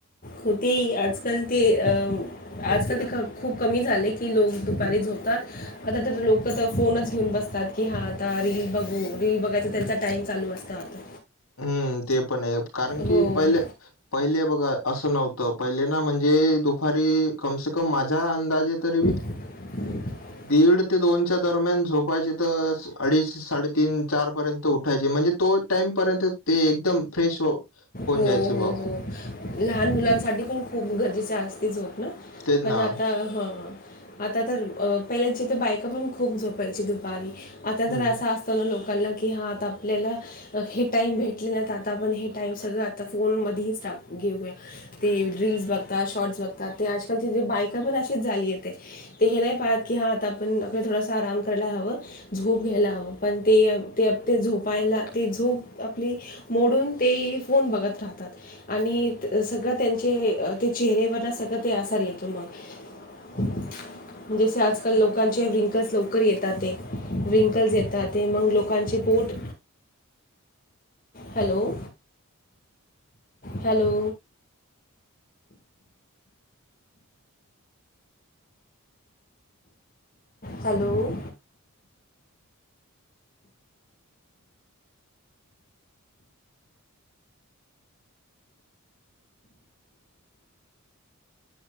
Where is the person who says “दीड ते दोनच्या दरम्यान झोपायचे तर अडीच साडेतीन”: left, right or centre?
Left